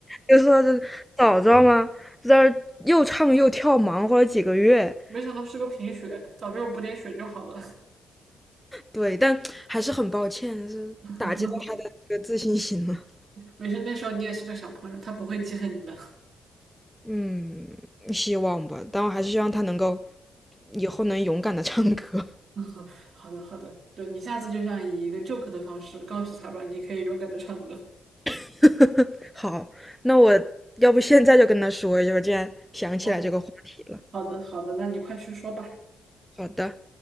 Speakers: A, in the centre; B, on the right.
A: 就说是早知道吗？在这儿又唱又跳，忙活了几个月。
B: <laughs> 没想到是个贫血，早知道补点血就好了。
A: 对，但还是很抱歉，是打击到她的这个自信心了。
B: <laughs> 没事，那时候你也是个小朋友，他不会记恨你的。
A: 嗯，希望吧，但我还是希望他能够以后能勇敢的唱歌。
B: <laughs> 好的，好的，对你下次就想以一个 joke 的方式告诉他吧，你可以勇敢的唱歌。
A: <laughs> 好，那我要不现在就跟他说一下，我竟然想起来这个话题了。
B: 好，好的，好的，那你快去说吧。
A: 好的。